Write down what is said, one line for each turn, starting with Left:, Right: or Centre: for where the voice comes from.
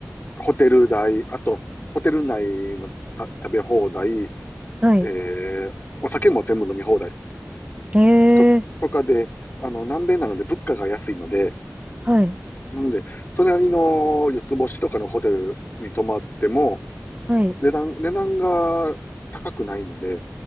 Left: ホテル代、あと、ホテル内のた食べ放題、え
Right: はい。
Left: ーお酒も全部飲み放題
Right: えー、
Left: と、とかで、あの、南米なので物価が安いので、
Right: はい、
Left: なんで、それなりの四つ星とかのホテルに泊まっても、
Right: はい。
Left: 値段、値段が高くないので、